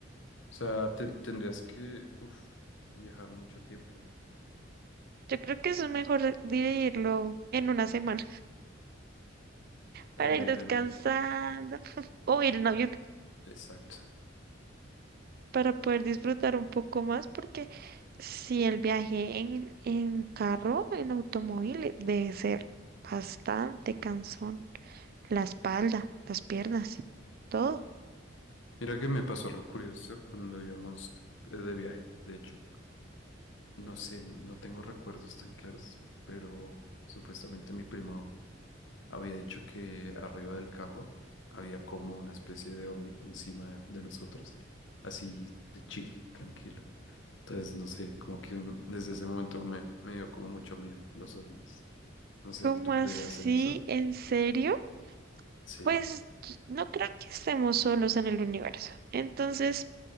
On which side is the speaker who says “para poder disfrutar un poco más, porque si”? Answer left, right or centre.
Right